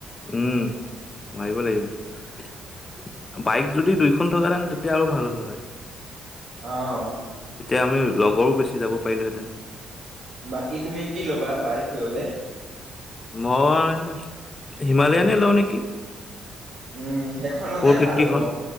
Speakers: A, on the left (about 30°); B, on the right (about 65°).
A: উম মাৰিব লাগিব। বাইক যদি দুইখন থকাতেন তেতিয়া আৰু ভাল হ'ল হয়।
B: অঁ।
A: তেতিয়া আমি লগৰো বেছি যাব পাৰিলোহেতেন।
B: বাকী তুমি কি ল'বা বাইক ললে?
A: মই হিমালয়ানে লওঁ নেকি।
B: উম সেইখনতে
A: ফৰ ফিফটিখন
B: ভাল হ'ব।